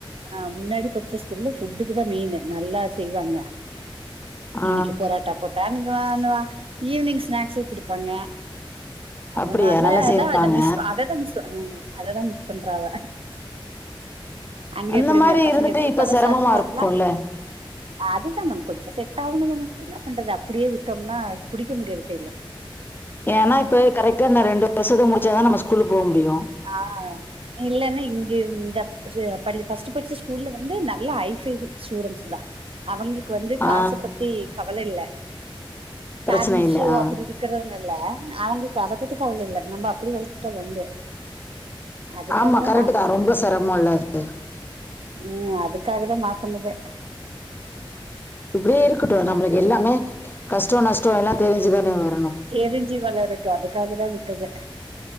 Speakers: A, on the right; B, on the left.
A: ஆ முன்னாடி பட்ச்ச ஸ்கூல்ல ஃபுட்டுக்கு தா மெயினு நல்லா செய்வாங்க
B: ஆ
A: இன்னிக்கு பொராட்டா போட்டானுங்குவானுவ ஈவி்னிங் ஸ்நாக்ஸு குடுப்பாங்க அதனால
B: அப்படியா? நல்லா
A: அதா
B: செய்வாங்க.
A: அத மிஸ் அததா மிஸ் அ அததா மிஸ் பண்றா அவ அங்க
B: அந்த
A: எப்புடி
B: மாரி
A: மேம் பசங்க
B: இருந்துட்டு
A: எது குடுத்தாலு
B: இப்ப சிரமமா
A: சாப்ட்டுபாங்ளா
B: இருக்கும்ல.
A: அதுதா மேம் கொஞ்சோ செட் ஆகணுல்ல‌ மேம் என்ன பண்றது அப்புடியே விட்டோம்னா புடிக்க முடியாது கையில
B: ஏன்னா இப்பவே கரெக்டா நா ரெண்டு வருஷத்த முடிச்சாதா நம்ம ஸ்கூலுக்கு போவ் முடியு
A: ஆ இல்லன்னா இங்கேருந்து <unintelligible> சு படு ஃபஸ்ட் படிச்ச ஸ்கூல்ல வந்து நல்லா ஹைஃபைவு ஸ்டூடெண்ஸ் தா அவங்களுக்கு வந்து காச
B: ஆ
A: பத்தி கவல இல்ல
B: பிரச்சனை
A: பேரண்ட்ஸ்சு
B: இல்ல. ஆ.
A: அப்புடி <unintelligible> க்கிறதுனால்ல அவங்களுக்கு அத பத்தி கவல இல்ல நம்ப அப்புடி வளத்துட்டா வம்பு அதுக்காக
B: ஆமா கரெட்டு
A: மாத்தனது
B: தா ரொம்ப செரமோல்ல அது
A: உம் அதுக்காகதா மாத்தனதே
B: இப்டியே இருக்கட்டு
A: இல்ல
B: நம்பளுக்கு எல்லாமே கஷ்டோ நஷ்டோ எல்லா தெரிஞ்சு தான வரணு
A: தெரிஞ்சி வளரட்டு அதுக்காகதா விட்டதே